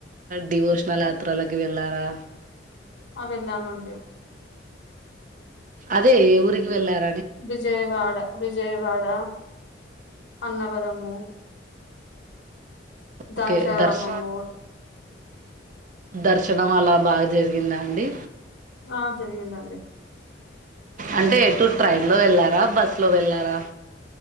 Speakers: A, on the right (about 45°); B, on the left (about 70°).
A: డివోషనల్ యాత్రలకి వెళ్ళారా
B: అ వెళ్ళాము అండి
A: అదే ఏ ఊరికి వెళ్ళర్
B: విజయవాడ విజయవాడ అన్నవరము దాక్షారామమ్
A: ఓకే దర్శ దర్శనం అలా బాగా జరిగిందా అండి
B: ఆ జరిగిందండి
A: అంటే ఎటు ట్రైన్ లో వెళ్ళారా బస్లో వెళ్ళారా